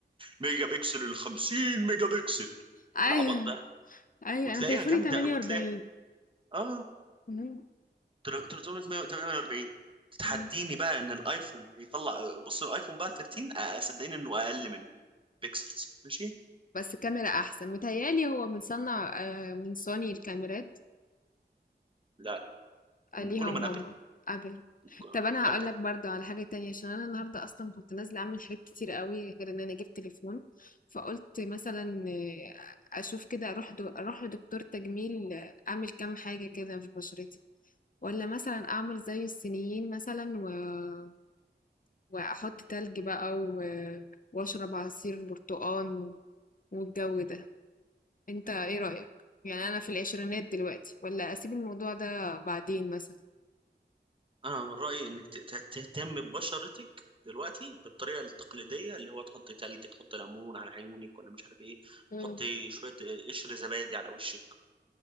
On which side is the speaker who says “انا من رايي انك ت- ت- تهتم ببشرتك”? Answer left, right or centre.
Right